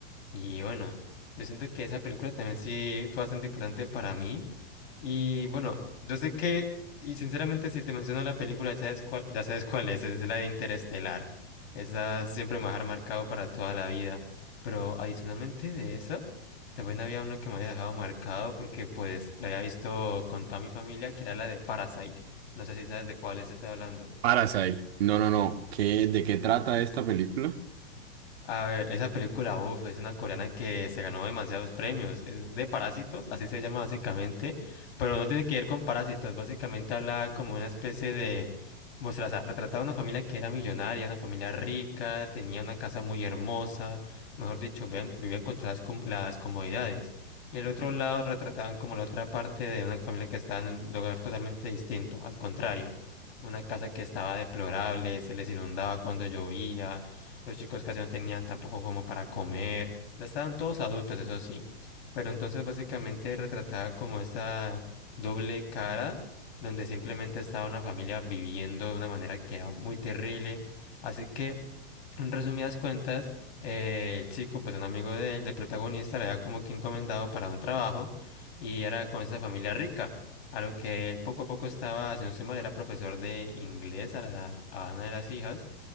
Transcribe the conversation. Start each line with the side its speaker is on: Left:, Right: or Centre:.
Left: Y bueno, yo siento que esa película también sí fue bastante importante para mí. Y bueno, yo sé que, y sinceramente si te menciono la película, ya sabes cuál, ya sabes cuál es, es la de Interestelar. Esa siempre me va a dejar marcado para toda la vida. Pero adicionalmente de esa, también había una que me había dejado marcado porque pues la había visto con toda mi familia, que era la de Parasite. No sé si sabes de cuál es estoy hablando.
Right: Parasite. No, no, no. ¿Qué, de qué trata esta película?
Left: A ver, esa película, uff, es una coreana que se ganó demasiados premios. Es de Parásitos, así se llama básicamente, pero no tiene que ver con parásitos. Básicamente habla como una especie de... Muestra, o sea, retrataba una familia que era millonaria, una familia rica, tenía una casa muy hermosa, mejor dicho, vivían, vivían con todas las, com- las comodidades. Y el otro lado retrataban como la otra parte de una familia que estaba en un lugar totalmente distinto, al contrario, una casa que estaba deplorable, se les inundaba cuando llovía los chicos casi no tenían tampoco como para comer. Ya estaban todos adultos, eso sí. Pero entonces básicamente retrataba como esta doble cara, donde simplemente estaba una familia viviendo de una manera que era muy terrible. Así que, en resumidas cuentas, eh, el chico, pues un amigo de él, del protagonista, le había como que encomendado para un trabajo y era con esa familia rica. A lo que él poco a poco estaba, si no estoy mal, era profesor de inglés a, la, a una de las hijas.